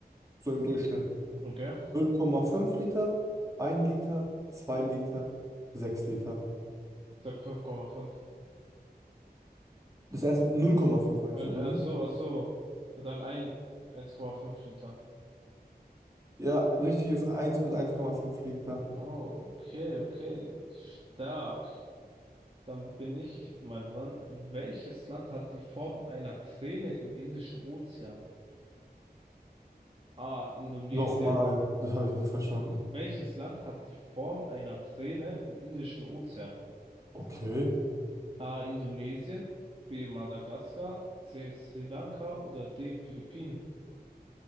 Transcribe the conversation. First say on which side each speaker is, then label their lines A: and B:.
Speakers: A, on the right (about 20°); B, on the right (about 35°).
A: So im Durchschnitt.
B: okay. Ich
A: 0,5 Liter, 1 Liter, 2 Liter, 6 Liter.
B: sag 5,5.
A: Das erste 0,5 meinst
B: Weil,
A: du, oder
B: Ach
A: wie?
B: so, ach so. Ja, Dann ein, 1,5 Liter.
A: Ja, richtig ist 1 bis 1,5 Liter.
B: Oh, okay, okay. Stark. Dann bin ich mal dran. Welches Land hat die Form einer Träne im Indischen Ozean? A. Indonesien.
A: Nochmal, das habe ich nicht verstanden.
B: Welches Land hat die Form einer Träne im Indischen Ozean?
A: Okay.
B: A. Indonesien. B. Madagaskar. C. Sri Lanka oder D. Philippinen?